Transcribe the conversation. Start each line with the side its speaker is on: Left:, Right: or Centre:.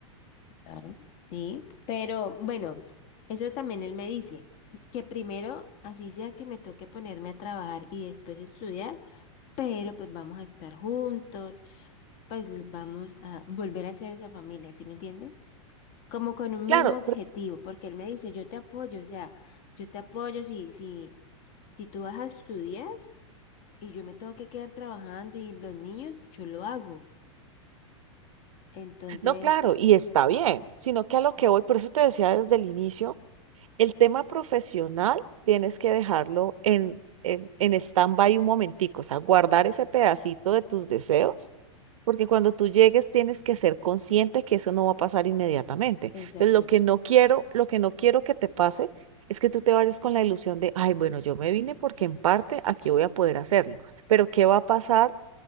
Left: Claro. Sí, pero bueno, eso también él me dice, que primero, así sea que me toque ponerme a trabajar y después estudiar, pero pues vamos a estar juntos, pues vamos a volver a ser esa familia, ¿sí me entiendes? Como con un
Right: Claro,
Left: mismo objetivo, porque él me dice, yo te apoyo, o sea, yo te apoyo si, si, si tú vas a estudiar y yo me tengo que quedar trabajando y los niños, yo lo hago. Entonces,
Right: no, claro, y está bien, sino que a lo que
Left: Ujú.
Right: voy, por eso te decía desde el inicio, el tema profesional tienes que dejarlo en, en, en stand-by un momentico, o sea, guardar ese pedacito de tus deseos Porque cuando tú llegues tienes que ser consciente que eso no va a pasar inmediatamente.
Left: exactamente,
Right: Entonces, lo que no quiero, lo que no quiero que te pase es que tú te vayas con la ilusión de, ay, bueno, yo me vine porque en parte aquí voy a poder hacerlo, pero ¿qué va a pasar